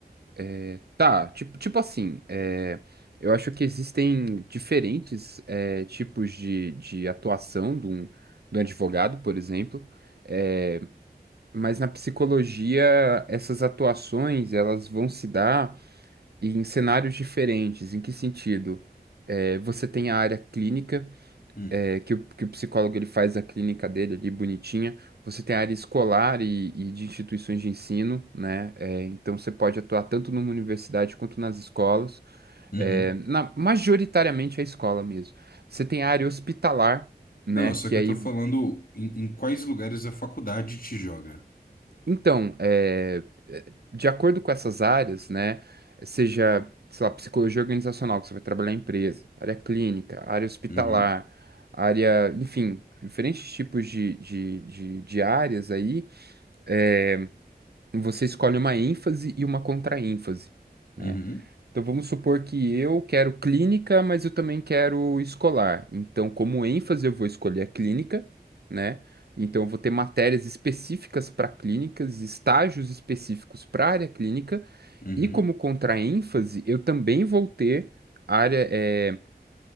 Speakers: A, on the right; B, on the left.
A: É, tá, tipo, tipo assim, é, eu acho que existem diferentes é, tipos de, de atuação de um, de um advogado, por exemplo, é, mas na psicologia essas atuações elas vão se dar em cenários diferentes. Em que sentido? É, você tem a área clínica,
B: Hum.
A: é, que o, que o psicólogo ele faz a clínica dele ali bonitinha. Você tem a área escolar e, e de instituições de ensino, né? É, então você pode atuar tanto numa universidade quanto nas escolas,
B: Uhum.
A: é, na- majoritariamente é a escola mesmo. Você tem a área hospitalar, né?
B: Não, não, só
A: Que
B: que
A: aí
B: eu tô falando em, em quais lugares a faculdade te joga.
A: Então, é, é, de acordo com essas áreas, né, seja, sei lá, psicologia organizacional, que você vai trabalhar em empresa, área clínica, área hospitalar,
B: Uhum,
A: área, enfim, diferentes tipos de, de, de, de áreas aí, eh, você escolhe uma ênfase e uma contraênfase, né?
B: uhum,
A: Então vamos supor que eu quero clínica, mas eu também quero escolar. Então, como ênfase, eu vou escolher a clínica, né? Então, eu vou ter matérias específicas para clínicas, estágios específicos para a área clínica,
B: uhum,
A: e como contraênfase, eu também vou ter área, eh,